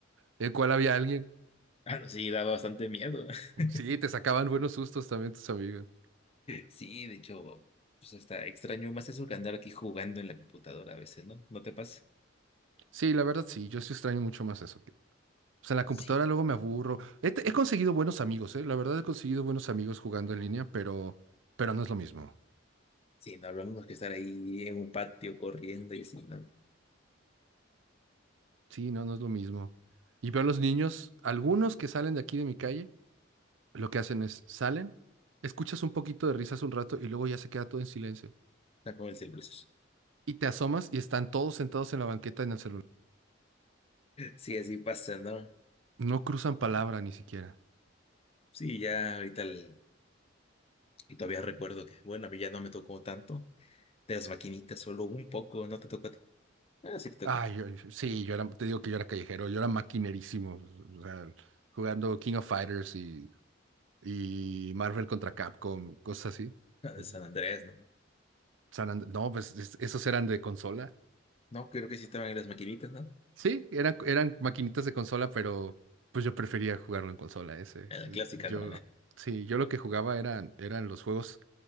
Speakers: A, on the right (about 80°); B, on the left (about 30°).
A: en cuál había alguien.
B: Ah, no, sí, daba bastante miedo. <laughs>
A: Sí, te sacaban buenos sustos también tus amigos.
B: Sí, de hecho, pues está extraño más eso que andar aquí jugando en la computadora a veces, ¿no? ¿No te pasa?
A: Sí, la verdad sí, yo sí extraño mucho más eso. O sea, en la
B: Sí.
A: computadora luego me aburro. He, te- he conseguido buenos amigos, ¿eh? La verdad he conseguido buenos amigos jugando en línea, pero, pero no es lo mismo.
B: Sí, no, lo mismo que estar ahí en un patio corriendo y así, ¿no?
A: Sí, no, no es lo mismo. Y veo a los niños, algunos que salen de aquí de mi calle Lo que hacen es, salen, escuchas un poquito de risas un rato y luego ya se queda todo en silencio.
B: Está como el celular.
A: Y te asomas y están todos sentados en la banqueta en el celular.
B: Sí, así pasa, ¿no?
A: No cruzan palabra ni siquiera.
B: Sí, ya ahorita el- y todavía recuerdo que, bueno, a mí ya no me tocó tanto. de las maquinitas, solo un poco, no te tocó a ti. Ah, sí te tocó,
A: Ay,
B: ¿no?
A: yo- yo- sí, yo era, te digo que yo era callejero, yo era maquinerísimo, o sea, jugando King of Fighters y, y Marvel contra Capcom, cosas así.
B: Ah,
A: Pues,
B: de San Andrés, ¿no?
A: San And- no, pues es- esos eran de consola.
B: No, creo que sí estaban en las maquinitas, ¿no?
A: Sí, eran, eran maquinitas de consola, pero pues yo prefería jugarlo en consola ese.
B: En la clásica,
A: Yo,
B: ¿no?
A: sí, yo lo que jugaba eran, eran los juegos